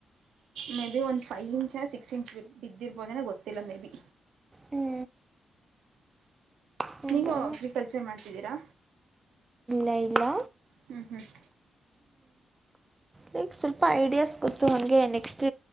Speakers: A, on the right (about 75°); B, on the right (about 25°).
A: ಮೇಬಿ ಒಂದ್ ಫೈವ್ ಇಂಚ್ ಸಿಕ್ಸ್ ಇಂಚ್ ಬಿದ್ದಿರ್ಬೋದೆನೋ ಗೊತ್ತಿಲ್ಲ ಮೇಬಿ.
B: ಹ್ಞೂ ಹೌದಾ
A: ನೀವು ಅಗ್ರಿಕಲ್ಚರ್ ಮಾಡ್ತಿದ್ದೀರಾ.
B: ಹೇ ಇಲ್ಲಾ.
A: ಹ್ಮ್ ಹ್ಮ್.
B: ಲೈಕ್ ಸ್ವಲ್ಪ ಐಡಿಯಾಸ್ ಗೊತ್ತು ಹಂಗೇ ನೆಕ್ಸ್ಟ್